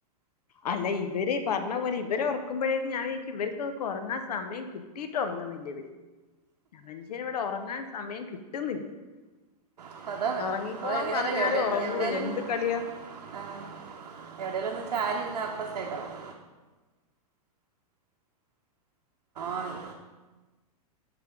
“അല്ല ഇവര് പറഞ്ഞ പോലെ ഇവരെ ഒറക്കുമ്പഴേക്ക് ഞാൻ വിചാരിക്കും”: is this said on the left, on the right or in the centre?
Left